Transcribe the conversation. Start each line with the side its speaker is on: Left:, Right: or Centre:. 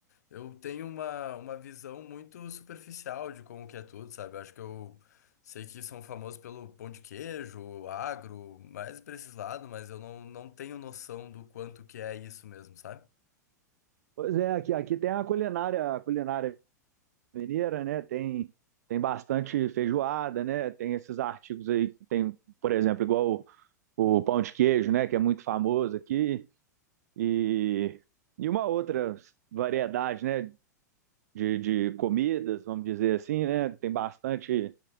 Left: eu tenho uma, uma visão muito superficial de como que é tudo, sabe? Eu acho que eu sei que são famosos pelo pão de queijo, agro, mais pra esses lados, mas eu não, não tenho noção do quanto que é isso mesmo, sabe?
Right: Pois é, aqui, aqui tem a culinária, a culinária mineira, né? Tem, tem bastante feijoada, né? Tem esses artigos aí, tem, por exemplo, igual o pão de queijo, né, que é muito famoso aqui, e, e uma outra variedade, né, de, de comidas, vamos dizer assim, né, tem bastante